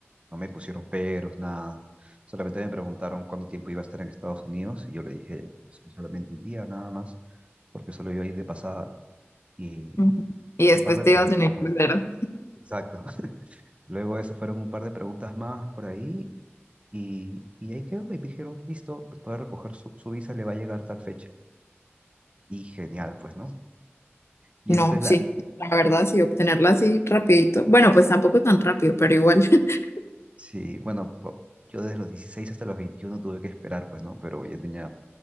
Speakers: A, on the right (about 25°); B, on the left (about 75°).
A: No me pusieron peros, nada. Solamente me preguntaron cuánto tiempo iba a estar en Estados Unidos y yo le dije, pues que solamente un día nada más, porque solo iba a ir de pasada. Y
B: Ujú. Y después
A: Un par de
B: te
A: preguntas
B: vas a tener que
A: más.
B: hacer-
A: Exacto. <laughs> Luego eso fueron un par de preguntas más por ahí y, y ahí quedó y me dijeron, listo, puede recoger su, su visa, le va a llegar tal fecha. Y genial, pues, ¿no? Y
B: No,
A: esta es la,
B: sí, la verdad, sí, obtenerla así rapidito. Bueno, pues tampoco tan rápido, pero igual. <laughs>
A: sí, bueno, po- yo desde los 16 hasta los 21 tuve que esperar, pues, ¿no? Pero yo tenía